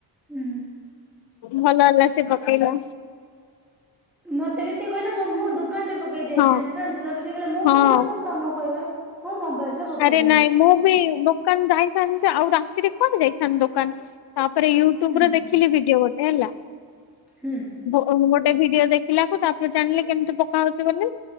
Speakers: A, in the centre; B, on the left (about 70°).
A: ହୁଁ
B: ଭଲ ହେଲା ସେ ପକେଇଲ।
A: ମତେ ବି ସିଏ କହିଲା ମୁଁ ଦୋକାନରେ ପକେଇ ଯାଇଥାନ୍ତି
B: ହଁ
A: ନ ତାପରେ ସେ କହିଲା ମୋବାଇଲରେ
B: ହଁ
A: ପ କା ମୁଁ କହିବାର ମୁଁ ମୋବାଇଲରେ ପକେଇଦେଲି
B: ଆରେ ନାଇଁ ମୁଁ ବି ଦୋକାନ ଯାଇଥାନ୍ତି ଯେ ଆଉ ରାତିରେ କଣ ଯାଇଥାନ୍ତି ଦୋକାନ୍। ତାପରେ ୟୁଟ୍ୟୁବ୍ରେ
A: ହୁଁ
B: ଦେଖିଲି ଭିଡିଓ ଗୋଟେ ହେଲା।
A: ହୁଁ।
B: ଓ ଗୋଟେ ଭିଡିଓ ଦେଖିଲାକୁ ତାପରେ ଜାଣିଲି କେମିତି ପକା ହଉଛି ବୋଲି